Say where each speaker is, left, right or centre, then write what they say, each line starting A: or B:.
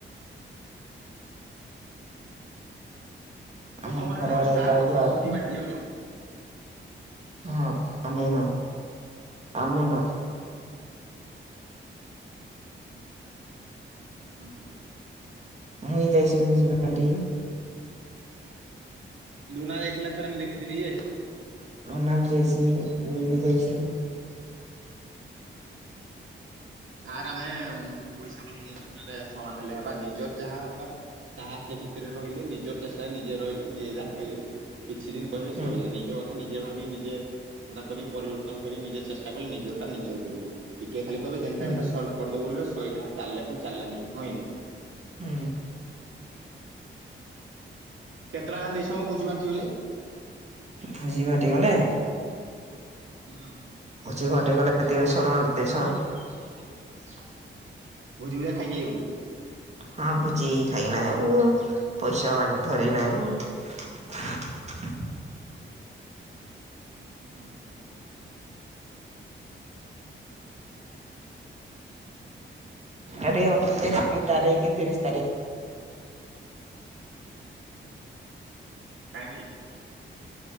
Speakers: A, on the right; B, on the right.
A: ମୁଁ
B: ଆମ
A: ତମର
B: ଘର
A: ଗୋଟେ <unintelligible>
B: ଆଡେ
A: ଗୋଟେ ଷ୍ଟାପ
B: ଯାଉଛୁ
A: ଅଛି
B: ଆଉଛୁ
A: ଭୋଜି ବାଣ୍ଟି ଯାଉନ।
B: ହଁ ଆମେ ନ ଆମେ ନ
A: ହୁଁ ହୁଁ।
B: ମୁଁଇଁ ଯାଇସ ମୁ ମାଟି
A: ଲୁନା ଯାଇଥିଲା ଥରେ ମୁଁ ଦେଖିଥିଲି ଯେ।
B: ରନା ବି ଯାଇଛି ମୁଁ ବି ଯାଇଛି।
A: ଆର୍ ଆମେ ପଇସା ବାଲଙ୍କରେ ସମାନ ଲେହବା ନିଜର ଯାହା ଓକାତ ତାହା ସେ ଭିତରେ ରହିଲେ ନିଜର ଚେଷ୍ଟାରେ ନିଜେ ରହିଲେ ଯିଏ ଯାହା କହିଲେ କିଛି ଦିନ କହିବେ
B: ହୁଁ
A: ସଇଲା ନିଜ କଥା ନିଜେ ଭାବ ନିଜେ <unintelligible> କରି ପରିବର୍ତ୍ତନ କରି ନିଜେ ଚେଷ୍ଟା କଲେ ନିଜ ଟା ନିଜ ଯୋଉରୁ ଟିକେ ଖାଲି ଟାଇମ
B: ହୁଁ
A: ଟା ସଲ୍ କରିଦବ ବୋଲି ଶୋଇଲା ଚାଲିଲେ ପୁଣି ଚାଲିଲା ନିଜ ହନି
B: ହୁଁ।
A: କେତେଟା ଦେଇସ ମୁ ଭୋଜି ବାଣ୍ଟି ଗଲେ।
B: ଭୁଜିିବାଟି ଗଲେ
A: ହୁଁ।
B: ଭୋଜି ବାଟିଗଲେ ତିନିଶହ ଟଙ୍କା ଦୁଶହ
A: ଭୋଜି <unintelligible> ଖାଇକି ଆଇବୁ।
B: ହଁ ଭୋଜି ଖଇକିନା ପଇସା ଧରିକିନା ଆଇବୁ।
A: ହୁଁ ହୁଁ।
B: ଆରେ ଅଟ କି ଯା କୋଡ଼ିଏ ତାରିଖ୍ ତିରିଶ ତାରିଖ୍
A: କାହିଁକି